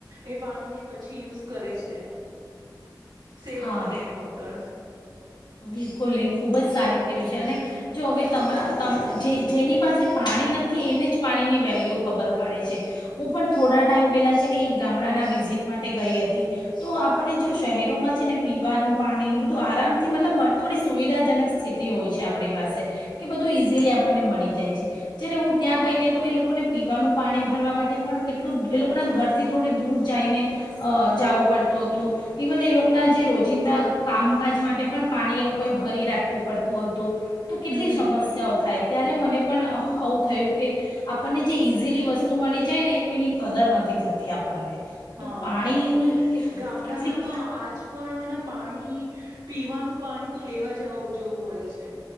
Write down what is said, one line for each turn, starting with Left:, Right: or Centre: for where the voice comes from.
Right: એ પાણીને પછી યુઝ કરે છે. સેવ
Left: હા,
Right: કરીને વોટર
Left: બિલકુલ. એક ખૂબ જ સારી ટેવ
Right: હમ.
Left: છે. અને જો હવે તમા તમ જે જેની પાસે પાણી નથી એને જ પાણીની વેલ્યુ ખબર પડે છે. હું પણ થોડા ટાઈમ પહેલાં છે ને એક ગામડાના વિઝિટ માટે ગઈ હતી, તો આપણને જો શહેરોમાં છ છે ને પીવાનું પાણી ને બધું આરામથી મતલબ થોડી સુવિધાજનક સ્થિતિ હોય છે આપણી પાસે. કે બધું ઈઝીલી આપણને મળી જાય છે. જયારે હું ત્યાં
Right: હા
Left: ગઈ ને તો એ લોકોને પીવાનું પાણી ભરવા માટે પણ કેટલું એ લોકોના ઘરથી થોડીક દૂર જઈને અહ જાવું પડતું હતું. ઇવન એ લોક ના જે રોજિંદા કામકાજ માટે પણ પાણી એ લોકોએ ભરી રાખવું પડતું હતું. તો કેટલી
Right: હમ
Left: સમસ્યાઓ થાય. ત્યારે મને પણ અહ આવું થયું કે આપણને જે ઇઝીલી વસ્તુ મળી જાય ને એ તો એની કદર નથી થતી આપણને.
Right: હા.
Left: તો પાણીનું કેટલીક
Right: ગામડામાં તો આ જ પણ એના પાણી પીવાનું પાણી તો લેવા જવા જવું પડે છે